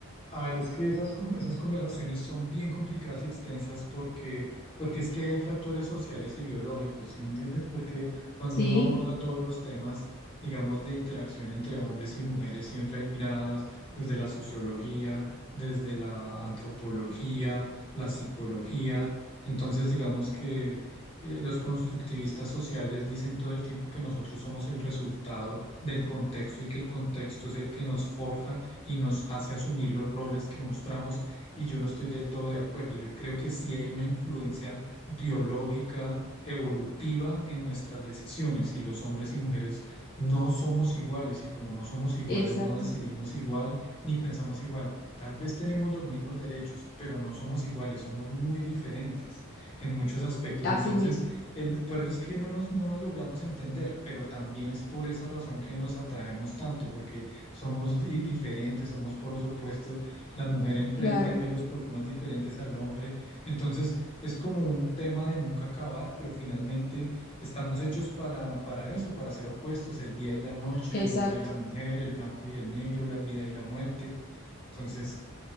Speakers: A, on the left (about 25°); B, on the left (about 45°).
A: A ver, es que esas, con- esas conversaciones son bien complicadas y extensas porque, porque es que hay factores sociales y biológicos, ¿sí me entiendes? Porque cuando
B: Sí,
A: uno aborda todos los temas, digamos, de interacción entre hombres y mujeres, siempre hay miradas desde la sociología, desde la antropología, la psicología entonces, digamos que eh, los constructivistas sociales dicen todo el tiempo que nosotros somos el resultado del contexto y que el contexto es el que nos forja y nos hace asumir los roles que mostramos y yo no estoy del todo de acuerdo. Yo creo que sí hay una influencia biológica, evolutiva en nuestras decisiones y los hombres y mujeres no somos iguales y como no somos iguales
B: exacto.
A: no decidimos igual ni pensamos igual. Tal vez tenemos los mismos derechos, pero no somos iguales, somos muy diferentes en muchos aspectos.
B: Así
A: Entonces,
B: mismo,
A: el, por eso es que no nos, no nos logramos entender, pero también es por esa razón que nos atraemos tanto, porque somos di- diferentes, somos polos opuestos. La mujer enfrenta
B: claro,
A: y ve los problemas diferentes al hombre. Entonces, es como un tema de nunca acabar, pero finalmente estamos hechos para, para eso, para ser opuestos, el día y la noche,
B: exacto.
A: el hombre y la mujer, el blanco y el negro, la vida y la muerte. Entonces,